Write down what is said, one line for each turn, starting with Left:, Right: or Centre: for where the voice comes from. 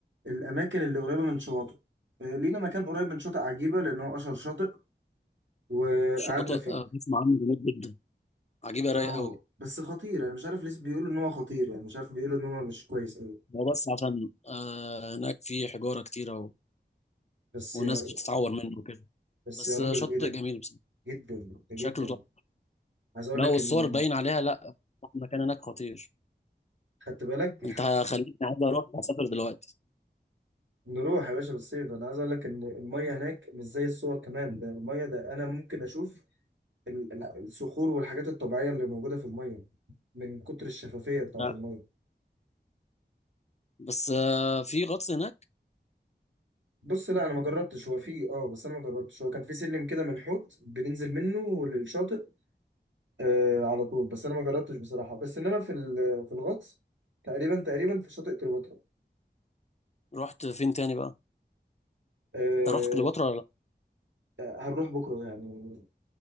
Right: الأماكن اللي قريبة من شواطئ آه، لينا مكان قريب من شاطئ عجيبة لأن هو أشهر شاطئ وقعدنا
Left: شاطئ
Right: فيه
Left: آه، بسمع عنه جميل جدا عجيبه
Right: اه
Left: رايق قوي
Right: بس خطير أنا مش عارف ليه بيقولوا إن هو خطير يعني مش عارف بيقولوا إن هو مش كويس أوي
Left: هو بس عشان آه هناك في حجاره كتيره و...
Right: بس
Left: والناس
Right: يا
Left: بتتعور منه وكده
Right: بس
Left: بس
Right: يا راجل
Left: آه، شاطئ
Right: إيه ده
Left: جميل بس
Right: جدا جدا
Left: شكله تحفه
Right: عايز اقول
Left: لا
Right: لك
Left: والصور
Right: ان
Left: باين عليها لا المكان هناك خطير
Right: خدت بالك
Left: انت خليتني عايز اروح اسافر دلوقتي
Right: <laughs> نروح يا باشا بالصيف انا عايز اقول لك ان الميه هناك مش زي الصور كمان ده الميه ده انا ممكن اشوف ال- ال- الصخور والحاجات الطبيعيه اللي موجوده في الميه من كتر الشفافيه بتاعت
Left: لا
Right: الميه
Left: بس آه في غطس هناك
Right: بص لا انا ما جربتش هو في اه بس انا ما جربتش هو كان في سلم كده منحوت بننزل منه للشاطئ آه على طول بس انا ما جربتش بصراحه بس انما في ال- في الغطس تقريبا تقريبا في شاطئ كليوباترا
Left: رحت فين تاني بقى
Right: آه
Left: انت رحت كليوباترا ولا
Right: آه، هنروح بكره يعني